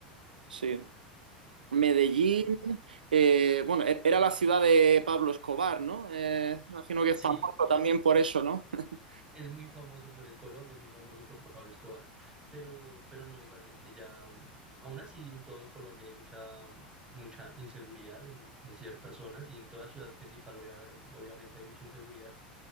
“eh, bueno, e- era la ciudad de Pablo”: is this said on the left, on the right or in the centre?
Right